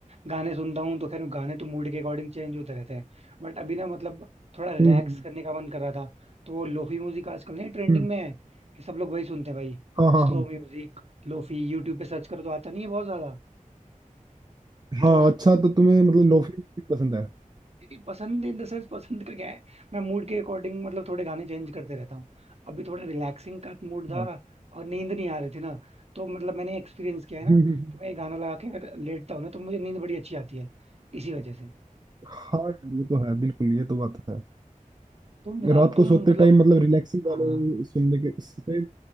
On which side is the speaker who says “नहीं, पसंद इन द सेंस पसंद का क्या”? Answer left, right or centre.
Right